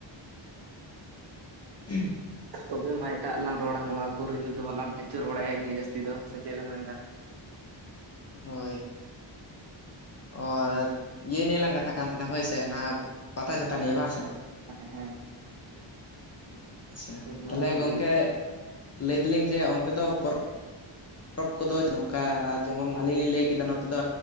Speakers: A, on the left (about 35°); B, on the right (about 55°).
A: <unintelligible>
B: ᱛᱚᱵᱮ ᱢᱟ ᱮᱴᱟᱜ ᱨᱮᱞᱟᱟᱝ ᱨᱚᱲᱟ ᱱᱚᱣᱟ ᱠᱚ ᱨᱮᱜᱮ ᱫᱚ ᱵᱟᱞᱟᱝ ᱟᱹᱪᱩᱨ ᱵᱟᱲᱟᱭᱟ ᱩᱱᱟᱹᱜ ᱡᱟᱹᱥᱛᱤ ᱫᱚ ᱥᱮ ᱪᱮᱫ ᱵᱮᱱ ᱢᱮᱱᱫᱟ?
A: ᱦᱳᱭ᱾ ᱚᱻ ᱤᱭᱟᱹ ᱱᱤᱭᱟᱹ ᱞᱟᱝ ᱠᱟᱛᱷᱟᱜ ᱠᱟᱱ ᱛᱟᱦᱮᱱᱟ ᱦᱳᱭ ᱥᱮ ᱚᱱᱟ ᱯᱟᱛᱟ ᱪᱷᱟᱛᱟ ᱱᱤᱭᱟᱹ ᱵᱟᱝ ᱥᱮ?
B: ᱦᱮᱸ ᱦᱮᱸ᱾
A: ᱟᱪᱪᱷᱟ
B: ᱦᱩᱞ ᱢᱟᱦᱟ
A: ᱛᱟᱦᱚᱞᱮ
B: ᱠᱚᱜᱮ
A: ᱜᱚᱝᱠᱮ, ᱞᱟᱹᱭ ᱫᱟᱹᱞᱤᱧ ᱡᱮ ᱚᱱᱛᱮ ᱫᱚ ᱯᱚᱨᱚ ᱨᱚᱵᱽ ᱠᱚᱫᱚ ᱱᱚᱝᱠᱟ ᱡᱮᱢᱚᱱ ᱟᱹᱞᱤᱧ ᱞᱤᱧ ᱞᱟᱹᱭ ᱠᱮᱫᱟ ᱱᱚᱛᱮ ᱫᱚ